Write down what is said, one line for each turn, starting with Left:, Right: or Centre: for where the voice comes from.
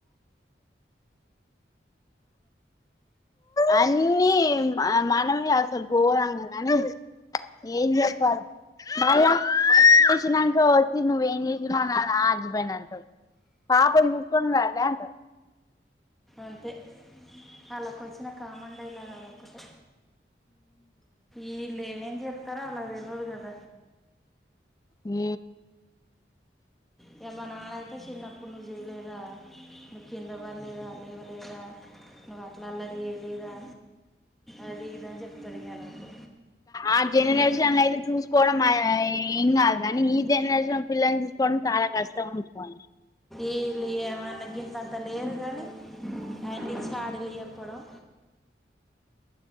Left: అన్ని మనమే అసలు ఘోరంగ కానీ ఏం చెప్పాలే మళ్ళ వంట చేసినంక వచ్చి నువ్వేం చేసినవు నా హస్బెండ్ అంటడు పాప చూస్ కోన్ వాళ్ళే అంటరు
Centre: అంతే ఆళ్ళకు వచ్చిన కామన్ డైలాగ్ ఆది ఒక్కటే ఈ లేం చెప్ తరాలకు తెలువదు కద
Left: ఉ
Centre: ఇగ మా నాన్నయితే చిన్నప్పుడు నువ్వు చేయలేద నువ్ కింద పల్లేదా లేవలే రేలా నువ్వు అట్లా అల్లరి చేయలేదా అది ఇది అని చెప్తారు ఇగ నాకు
Left: ఆ జనరేషన్
Centre: ఈ-
Left: ల అయితే చూసు కోవడం ఏం కాదు కానీ ఈ జనరేషన్ లో పిల్లల్ని చూసుకోవడం చాలా కష్టం అనుకోవాలి
Centre: ఈళ్లు ఏమన్న గింతంత లేరు గని అన్ని చాడీలు చెప్ చెప్పడం